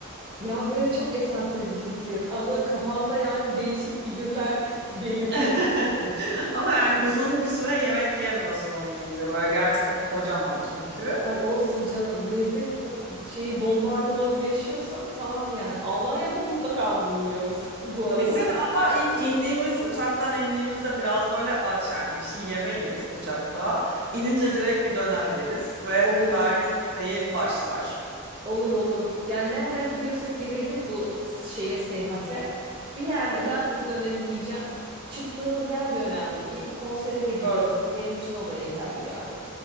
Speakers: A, on the right (about 25°); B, on the right (about 50°).
A: Ya böyle çok esantrik bir fikir. Anladın kafamda yani değişik figürler <laughs> beliriyor.
B: <laughs> Ama yani uzun bir süre yemek yiyemiyorsun onu yiyince. Böyle gerçekten kocaman çünkü.
A: Ay olsun canım lezzet po- şeyi bombardımanı yaşıyorsam tamam yani. Almanya'da mutlaka bunu yiyoruz <laughs> bu arada.
B: Kesin hatta ilk indiğimiz uçaktan indiğimizde biraz böyle aç yani bir şey yemeyiz uçakta. İnince direkt bir döner yeriz ve
A: Olur.
B: Berlin sayı başlar.
A: Olur olur. Yani nereden giriyorsak girelim bu şeye seyahate. Bir yerde
B: Hı hı.
A: ben bu döneri yiyeceğim. Çıktığımız yer de önemli değil. Konsere de gideyim.
B: Görürüz.
A: Benim için o da yeterli yani.